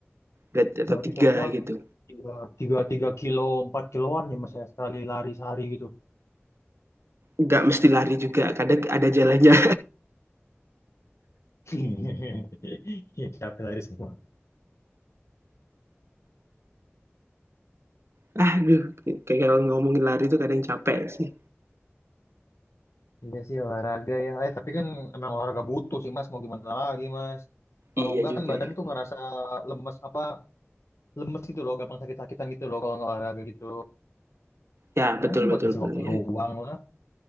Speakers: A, on the right (about 65°); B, on the left (about 80°).
A: atau
B: Berarti
A: 3
B: total
A: gitu.
B: tiga, tiga, tiga kilo, empat kiloan ya Mas ya, sekali lari sehari gitu.
A: Nggak mesti lari juga, kadang ada jalannya.
B: <laughs> Iya, capek lari semua.
A: <laughs> Aduh, kayak kalau ngomongin lari itu kadang capek sih.
B: Iya sih olahraga ya. Eh tapi kan emang olahraga butuh sih Mas. Mau gimana lagi Mas? Kalau
A: Iya
B: enggak
A: juga
B: kan badan
A: ya.
B: tuh ngerasa lemes apa lemes gitu loh, gampang sakit-sakitan gitu loh kalau nggak olahraga gitu.
A: Ya,
B: Ya
A: betul
B: buat
A: betul
B: ngisi
A: betul,
B: waktu
A: ya
B: luang lah.